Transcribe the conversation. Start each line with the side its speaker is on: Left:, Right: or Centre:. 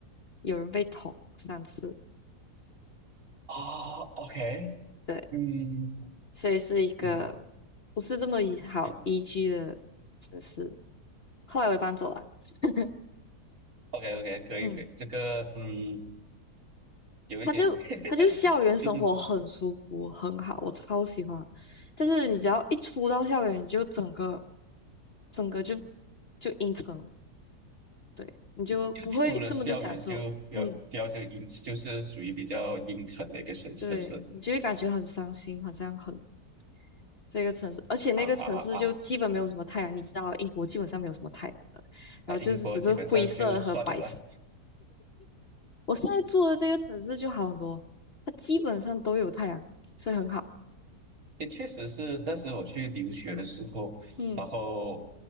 Left: 有人被捅三次，
Right: 啊，OK，
Left: 对，
Right: 嗯
Left: 所以是一个
Right: 嗯
Left: 不是这么宜好宜居的城市。
Right: 嗯
Left: 后来我也搬走了。<laughs>
Right: ，OK，OK，可以，
Left: 嗯，
Right: 可以，这个，嗯。有一点，
Left: 他就他就校园生活很舒服，
Right: <laughs> 嗯，
Left: 很好，我超喜欢。但是你只要一出到校园，你就整个整个就就阴沉了，对，你就不会这么的享受。
Right: 就出了校园就比较比较就阴，
Left: 嗯，
Right: 就是属于比较阴沉的一个城城市
Left: 对，你就会感觉很伤心，好像很这个城市，而且那个城市就基本没有什么太阳，
Right: 啊啊啊啊！
Left: 你知道英国基本上没有什么太阳的，然后就是只是灰色和白色。
Right: 啊英国基本上就算了啦。
Left: 我现在住的这个城市就好很多，它基本上都有太阳，所以很好。
Right: 也确实是那时我去留学的时候，
Left: 嗯，
Right: 然后，